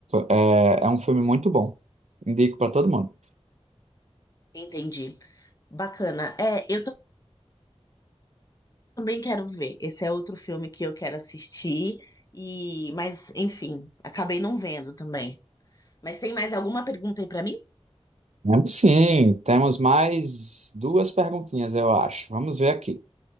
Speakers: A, on the right; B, on the left.
A: É, é um filme muito bom. Indico para todo mundo.
B: entendi. Bacana. É, eu ta- também quero ver. Esse é outro filme que eu quero assistir, e, mas enfim, acabei não vendo também. Mas tem mais alguma pergunta aí pra mim?
A: Vamos sim, temos mais duas perguntinhas, eu acho. Vamos ver aqui.